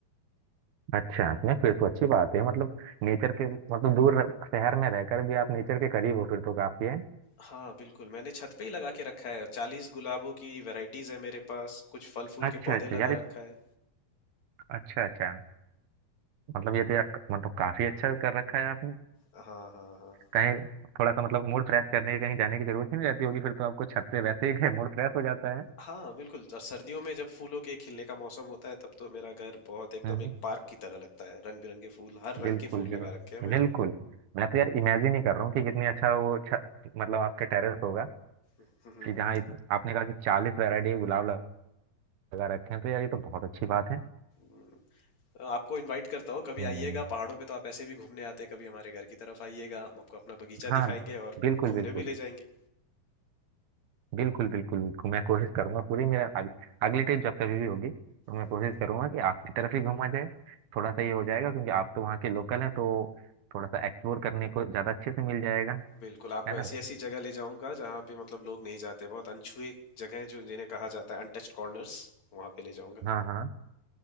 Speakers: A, on the right; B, on the left.
A: अच्छा आपने फिर तो अच्छी बात है मतलब नेचर के मतलब दूर रह- शहर में रहकर भी आप नेचर के करीब हो फिर तो काफी है
B: हाँ बिल्कुल मैंने छत पे ही लगा के रखा है चालीस गुलाबों की वैरायटीज है मेरे पास कुछ फल फूल
A: अच्छा अच्छा
B: के पौधे
A: अच्छा
B: लगा
A: यार ये-
B: रखा है
A: अच्छा अच्छा मतलब ये तो यार मतलब काफी अच्छा कर रखा है आपने
B: हाँ हाँ हाँ
A: कहीं थोड़ा सा मतलब मूड फ्रेश करने के कहीं जाने की जरूरत ही नहीं रहती होगी फिर तो आपको छत पे वैसे ही <laughs> मूड फ्रेश हो जाता है
B: हाँ बिल्कुल और सर्दियों में जब फूलों के खिलने का मौसम होता है तब तो मेरा घर बहुत एकदम
A: हम्म,
B: एक पार्क की तरह लगता है रंग बिरंगे फूल हर
A: बिल्कुल
B: रंग के फूल
A: बिल्कुल
B: लगा रखे हैं मैंने
A: बिल्कुल मैं तो यार इमेजिन ही कर रहा हूँ कि कितनी अच्छा वो छ, मतलब आपके टेरेस होगा
B: हम्म, हम्म।
A: कि
B: हम्म,
A: जहाँ इत- आपने कहा कि चालीस वैरायटी के गुलाब लगा रखे हैं तो यार ये तो बहुत अच्छी बात है
B: हम्म। हाँ, आपको इनवाइट करता हूँ कभी
A: हम्म
B: आइएगा पहाड़ों पे तो आप ऐसे भी घूमने आते हैं कभी हमारे घर की तरफ आइएगा हम आपको अपना बगीचा
A: हाँ
B: दिखाएंगे और
A: बिल्कुल
B: घूमने
A: बिल्कुल
B: भी ले जाएंगे
A: बिल्कुल बिल्कुल बिल्कुल मैं कोशिश करूंगा पूरी मेरा अग, अगली ट्रिप जब कभी भी होगी तो मैं
B: हम्म।
A: कोशिश करूंगा कि आपकी तरफ ही घूमा जाए थोड़ा सा ये हो जाएगा क्योंकि आप तो वहाँ के लोकल हैं तो थोड़ा सा एक्सप्लोर करने को ज़्यादा अच्छे से मिल जाएगा
B: बिल्कुल आपको
A: है
B: ऐसी
A: ना
B: ऐसी जगह ले जाऊंगा जहाँ पे मतलब लोग नहीं जाते बहुत अनछुए जगह हैं जो जिन्हें कहा जाता है अनटच्ड कॉर्नर्स वहां पे ले जाऊंगा
A: हाँ हाँ